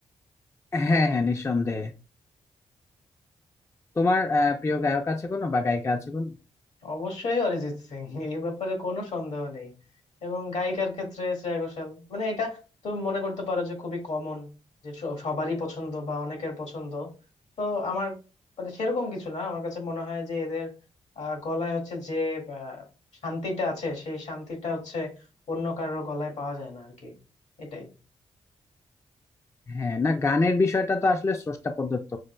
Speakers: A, on the left; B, on the left.
A: হ্যাঁ হ্যাঁ নিঃসন্দেহে তোমার আহ, প্রিয় গায়ক আছে কোনো বা গায়িকা আছে কোনো
B: অবশ্যই অরিজিৎ সিং এই ব্যাপারে কোনো সন্দেহ নেই এবং গায়িকার ক্ষেত্রে শ্রেয়া ঘোষাল মানে এটা তুমি মনে করতে পারো যে খুবই কমন যে স- সবারই পছন্দ বা অনেকের পছন্দ তো আমার মানে সেরকম কিছু না আমার কাছে মনে হয় যে এদের আহ, গলায় হচ্ছে যে আহ, শান্তিটা আছে সেই শান্তিটা হচ্ছে অন্য কারো গলায় পাওয়া যায় না আর কি এটাই
A: হ্যাঁ না গানের বিষয়টা তো আসলে স্রষ্টা প্রদত্ত